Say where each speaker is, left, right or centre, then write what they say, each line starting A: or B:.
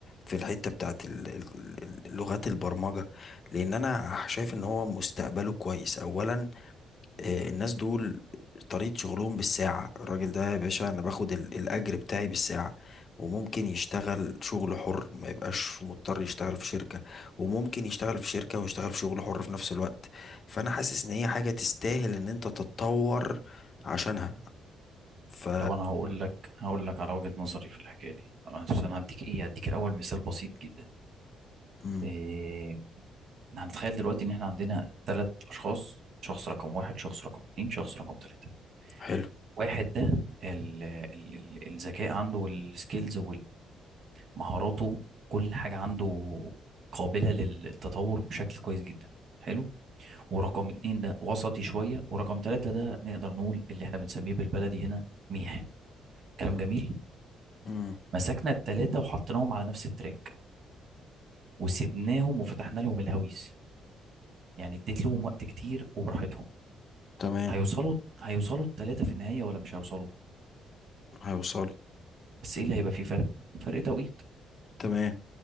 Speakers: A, on the left; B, on the right.
A: في الحتة بتاعت ال- ال- ال- لغات البرمجة لان انا شايف ان هو مستقبله كويس اولا آه، الناس دول طريقة شغلهم بالساعة الراجل ده يا باشا أنا باخد ال- الأجر بتاعي بالساعة وممكن يشتغل شغل حر ما يبقاش مضطر يشتغل في شركة وممكن يشتغل في شركة ويشتغل في شغل حر في نفس الوقت فأنا حاسس إن هي حاجة تستاهل إن أنت تتطور عشانها ف
B: طبعا هقول لك هقول لك على وجهة نظري في الحكايه دي طبعاً بس
A: مم.
B: انا هديك ايه هديك الاول مثال بسيط جدا
A: مم.
B: إيه هنتخيل دلوقتي ان احنا عندنا ثلاث اشخاص شخص رقم واحد شخص رقم اتنين شخص رقم تلاتة
A: حلو
B: واحد ده ال- ال- ال- الذكاء عنده والسكيلز ومهاراته كل حاجة عنده قابلة للتطور بشكل كويس جدا حلو ورقم اتنين ده وسطي شوية ورقم تلاتة ده نقدر نقول اللي احنا بنسميه بالبلدي هنا ميح كلام جميل
A: مم.
B: مسكنا التلاتة وحطيناهم على نفس التراك وسبناهم وفتحنا لهم الهويس يعني اديت لهم وقت كتير وبراحتهم
A: تمام
B: هيوصلوا هيوصلوا التلاتة في النهاية ولا مش هيوصلوا
A: هيوصل
B: بس ايه اللي هيبقى فيه فرق فرق توقيت
A: تمام